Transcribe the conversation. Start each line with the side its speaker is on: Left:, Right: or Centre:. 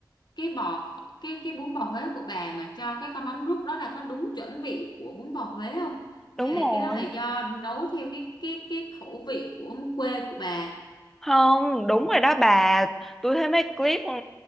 Left: cái bò cái cái bún bò Huế của bà mà cho cái con mắm rút đó là có đúng chuẩn vị của bún bò Huế không?
Centre: đúng
Left: Hay
Centre: rồi
Left: là cái đó là do nấu theo cái cái cái khẩu vị của quê của bà?
Centre: không đúng rồi đó bà tôi thấy mấy clip ừm,